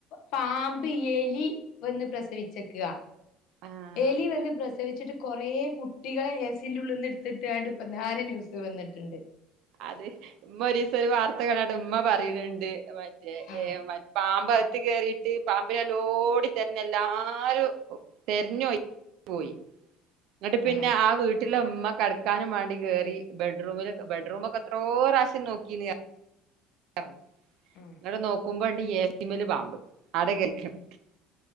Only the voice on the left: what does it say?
പാമ്പ് എലി വന്ന് പ്രസവിച്ചേക്കുവാ
എലി വന്ന് പ്രസ് സവിച്ചിട്ട് കുറേ കുട്ടികളെ ഏസിന്റെ ഉള്ളിൽ നിന്ന് എടുത്തിട്ട് ഇപ്പം നാരെ ന്യൂസ് വന്നിട്ടുണ്ട്
ആഹ്
ആഹ്
ആഹ്